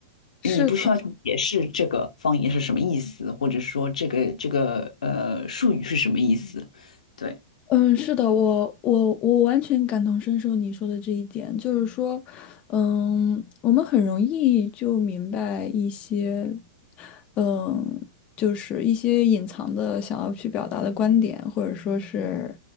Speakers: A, on the left; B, on the left.
A: <laughs>
B: 你不需要去解释这个方言是什么意思，
A: 是。
B: 或者说这个这个呃术语是什么意思。对，
A: 嗯，是的，我我我完全感同身受你说的这一点，就是说，嗯，我们很容易就明白一些，嗯，就是一些隐藏的想要去表达的观点，或者说是